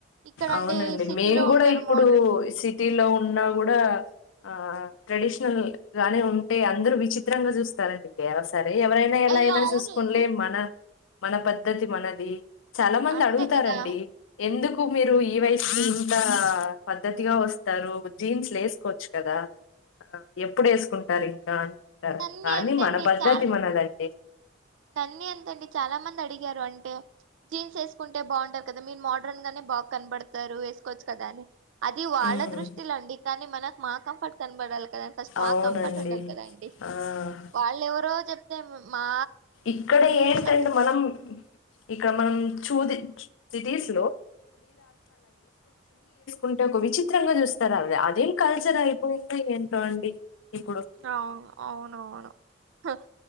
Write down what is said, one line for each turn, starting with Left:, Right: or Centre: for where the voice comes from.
Right: ఇక్కడ
Left: అవునండి
Right: అంటే సిటీలో
Left: మేం గుడా
Right: ఉంటారు
Left: ఇప్పుడు
Right: మోడ్రన్
Left: సిటీ లో ఉన్నా గుడా ఆ ట్రెడిషనల్ గానే ఉంటే అందరు విచిత్రంగా చూస్తారండి అందుకే అసల్ ఎవరైనా ఎలా
Right: అయ్యో
Left: అయినా
Right: అవునండి
Left: చూసుకోనిలే మన మన పద్ధతి మనది. చాలా మంది
Right: అంతే
Left: అడుగుతారండి
Right: కదా
Left: ఎందుక్ క్కువ మీరు ఈ వయసుకి ఇంత పద్ధతిగా వస్తారు జీన్స్ లేసుకోవచ్చు కదా. ఎప్పుడు వేసుకుంటారు ఇంకా అంటారు
Right: నన్ని
Left: కానీ
Right: అంతే
Left: మన
Right: అండి
Left: పద్ధతిమనదండి.
Right: చాలా నన్ని అంతండి చాలా మంది అడిగారు అంటే జీన్స్ వేసుకుంటే బావుంటారు కదా మీ మోడర్న్ గానే బా కనబడ తారు వేసుకోవచ్చు కదా అని, అది వాళ్ళ
Left: హ్మ్.
Right: దృష్టిలో అండి కానీ మనకు మా కంఫర్ట్ కనపడాల కదా ఫస్ట్. మాకు
Left: అవునండి.
Right: కంఫర్ట్ ఉండాలి కధాండి
Left: ఆ!
Right: వాళ్ళు ఎవరో చెప్తే మా
Left: ఇక్కడ ఏంటంటే
Right: అంటే
Left: మనం ఇక్కడ మనం చూది సిటీస్ అంటే ఒక విచిత్రంగా చూస్తారు అ అదేం కల్చర్ అయిపోయింద ఏంటో అండి. ఇప్పుడు
Right: అవు అవునవును హ్